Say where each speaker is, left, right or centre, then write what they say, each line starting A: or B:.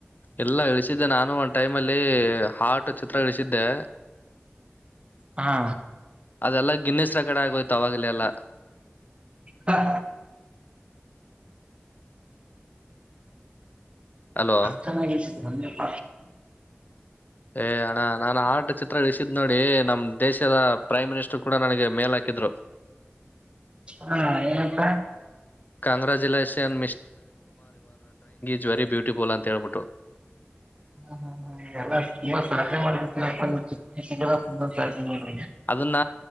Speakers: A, on the left; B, on the right.
A: ಎಲ್ಲ ಇಳಿಸಿದ್ದೆ ನಾನು ಒಂದ್ ಟೈಮ್ ಅಲ್ಲಿ ಹಾಟ್ ಚಿತ್ರಗಳಿಸಿದ್ದೆ
B: ಹಾ
A: ಅದೆಲ್ಲ ಗಿನ್ನಿಸ್ರ ಗಡೆ ಆಗೋಯ್ತು ಆಾಗಲೆ ಎಲ್ಲಾ
B: ಹಾ
A: ಅಲ್ವಾ
B: ಚೆನ್ನಾಗಿ ಧನ್ಯ ಪ
A: ಏ ಅಣ್ಣ ನಾನನ್ ಆ ಚಿತ್ರ ಇಳಿಸಿದ ನೋಡಿ ನಮ ದೇಶದ ಪ್ರೈಮ್ ಮಿನಿಸ್ಟರ್ ಕೂಡ ನನಗೆ ಮೇಲ್ ಹಾಕಿದ್ರು
B: ಹಾ ಏನಂತ
A: ಕಂಗ್ರಾಚುಲೇಷನ್ ಜವರಿ ಬ್ಯೂಟಿ ಪೋಲ್ ಅಂತ ಹೇಳ್ಬಿಟ್ಟು
B: ಹಾ ಹಾ ಎಲ್ಲಾ ತುಂಬಾ ಸಾಧನೆ ಮಾಡ್ ಚಿ ತು ಸಾಧನೆ ಮಾಡಿ
A: ಅದನ್ನ